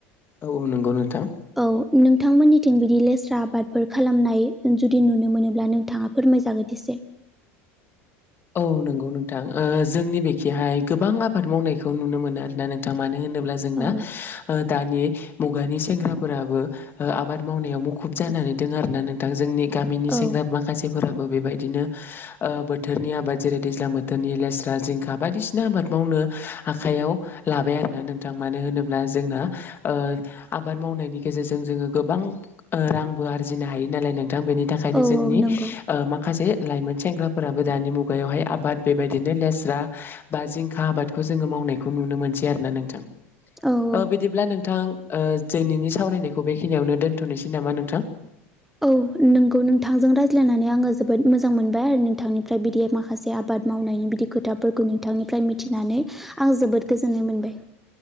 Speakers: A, on the left; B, in the centre.
A: औ औ नंगौ नोंथां।
B: औ नोंथांमोननिथिं बिदि लेस्रा आबादफोर खालामनाय जुदि नुनो मोनोब्ला नोंथाङा फोर <unintelligible>
A: औ नंगौ नोंथां ओ जोंनि बेखिहाय गोबां आबाद मावनायखौ नुनो मोनो आरोना नोंथां मानो होनो ब्ला जोंना
B: औ
A: ओ दानि मु गानि सेंग्राफोराबो आबाद मावनायाव मुखुब जानानै दं आरोना नोंथां जोंनि गामिनि
B: औ
A: सेंग्रा माखासेफोराबो बेबायदिनो ओ बोथोर थोरनि आबाद जेरै दैज्लां बोथोरनि लेस्रा जिंखा बायदिसिना आबाद। मावनो आखायाव लाबाय आरोना नोंथां। मानो होनोब्ला जोंना ओ आबाद मावनायनि गेजेरजों जोङो गोबां ओ रांबो आरजिनो हायोनालाय नोंथां बेनि थाखायनो
B: औ
A: जोंनि
B: औ नंगौ
A: ओ माखासे लाइमोन सेंग्राफोराबो दानि मुगायावहाय आबाद बेबायदिनो लेस रा बा जिंखा आबादखौ जोङो मावनायखौ नुनो मोनसै आरो ना नोंथां। ओ
B: औ औ
A: बिदिब्ला नोंथां ओ दिनैनि सावरायनायखौ बेखिनियावनो दोनथ'नोसै नामा नोंथां?
B: औ नोंगौ नोंथांजों रायज्लायनानै आङो जोबोद मोजां मोनबाय आरो नोंथांनिफ्राय बिदि माखासे आबाद मावनायनि बिदि खोथाफोरखौ नोंथांनिफ्राय मिथिनानै आं जोबोद गोजोननाय मोनबाय।